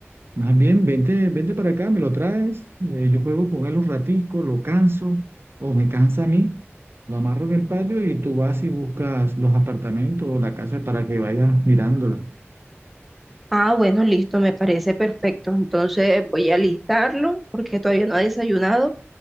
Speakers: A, on the right; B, in the centre.
A: Más bien, vente, vente para acá, me lo traes, eh, yo juego con él un ratico, lo canso, o me cansa a mí, lo amarro en el patio y tú vas y buscas los apartamentos o la casa para que vayas mirándola.
B: Ah, bueno, listo, me parece perfecto. Entonces voy a listarlo porque todavía no ha desayunado